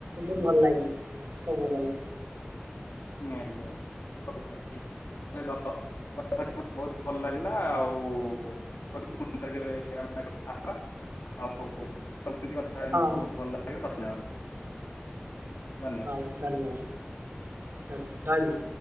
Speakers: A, on the right; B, on the left.
A: ବହୁତ ଭଲ ଲାଗେ ଓଭରାଲି।
B: ନିହାତି ନିହାତି ଓକେ। - <unintelligible> <unintelligible> ବହୁତ ଭଲ ଲାଗିଲା ଆଉ <unintelligible> ଆଜ୍ଞା
A: ହଁ
B: ଧନ୍ୟବାଦ। ଧନ୍ୟବାଦ
A: ହଉ ଧନ୍ୟବାଦ <unintelligible> ରହିଲି।